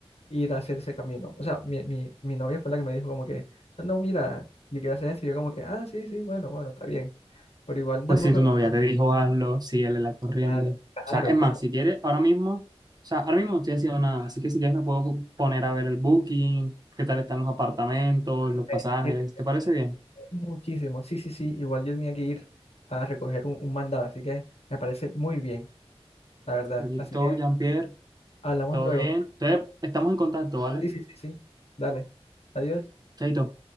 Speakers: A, on the left; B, on the right.
A: ir a hacer ese camino. O sea, mi, mi, mi novia fue la que me dijo como que, no, no, mira, yo quiero hacer esto, y yo como que, ah, sí, sí, bueno, bueno, está bien. Pero igual
B: Pues
A: tampoco,
B: si tu novia te dijo hazlo, síguele la corriente.
A: claro,
B: O
A: claro,
B: sea, es más,
A: pero
B: si quieres, ahora mismo, o sea, ahora mismo no estoy haciendo nada, así que si quieres me puedo pu- poner a ver el booking, qué tal están los apartamentos,
A: me
B: los pasajes,
A: sirve, me sirve
B: ¿te parece
A: <laughs>
B: bien?
A: muchísimo. Sí, sí, sí, igual yo tenía que ir a recoger un, un mandado, así que me parece muy bien, la verdad.
B: Listo,
A: Así que...
B: Jean-Pierre,
A: Hablamos
B: todo
A: luego.
B: bien. Entonces, estamos en contacto, ¿vale?
A: Sí, sí, sí, sí. Dale. Adiós.
B: Chaito.